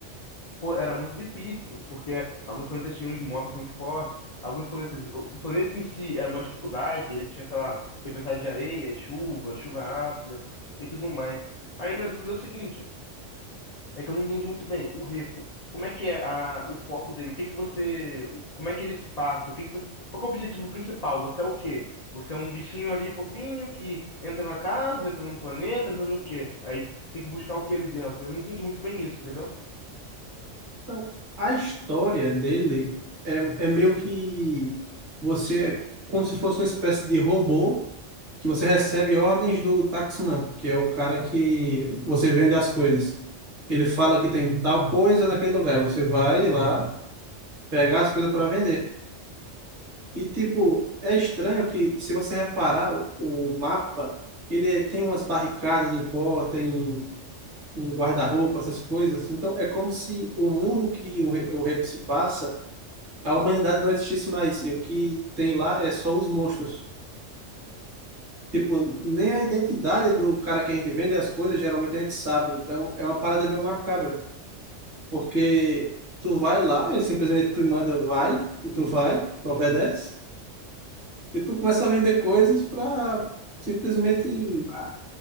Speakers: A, on the left (about 65°); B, on the right (about 50°).
A: pô, era muito difícil, porque alguns planetas tinham uns mobs muito fortes, alguns planetas, o o planeta em si era uma dificuldade, ele tinha, sei lá, tempestade de areia, chuva, chuva ácida e tudo mais. Aí a minha dúvida é o seguinte, é que eu não entendi muito bem. O repo, como é que é a, o foco dele? O que que você, o- como é que ele se passa? O que que você, qual que é o objetivo principal? Você é o quê? Você é um bichinho ali fofinho que entra na casa, entra num planeta, entra no quê? Aí tem que buscar o que ali dentro. Eu não entendi muito bem isso, entendeu?
B: Então, a história dele é, é meio que você, é como se fosse uma espécie de robô que você recebe ordens do taxman, que é o cara que você vende as coisas. Ele fala que tem tal coisa naquele lugar, e você vai lá pegar as coisas para vender. E tipo, é estranho que se você reparar o o mapa, ele tem umas barricadas em porta, em, em guarda-roupa, essas coisas. Então é como se o mundo que o, re- o Rebo se passa a humanidade não existisse mais. E o que tem lá é só os monstros. Tipo, nem a identidade do cara que a gente vende é as coisas, geralmente a gente sabe. Então, é uma parada meio macabra. Porque tu vai lá, ele simplesmente te manda vai, e tu vai, tu obedece, e tu começa a vender coisas para simplesmente ah,